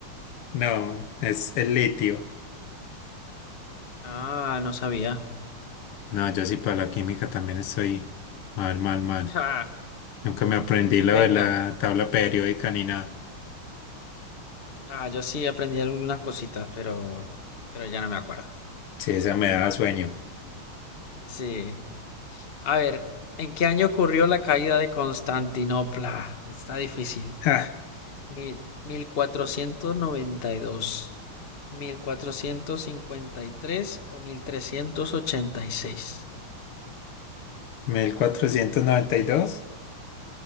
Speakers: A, on the left (about 80°); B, on the left (about 30°).
A: No, es el litio.
B: Ah, no sabía.
A: No, yo sí para la química también estoy mal, mal, mal.
B: Ja,
A: Nunca me aprendí lo
B: venga.
A: de la tabla periódica ni nada.
B: Ah, yo sí aprendí algunas cositas, pero. Pero ya no me acuerdo.
A: Sí, esa me daba sueño.
B: Sí. A ver, ¿en qué año ocurrió la caída de Constantinopla? Está difícil.
A: Ja,
B: Mil, 1492, 1453 o mil Mil trescientos ochenta y seis.
A: mil cuatrocientos noventa y dos.